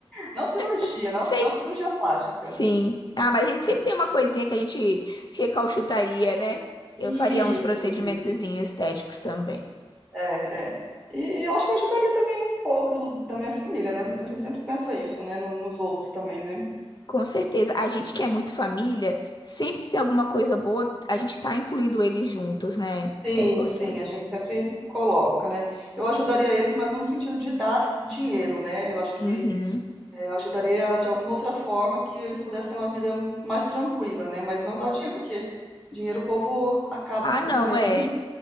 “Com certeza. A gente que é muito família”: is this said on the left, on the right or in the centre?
Left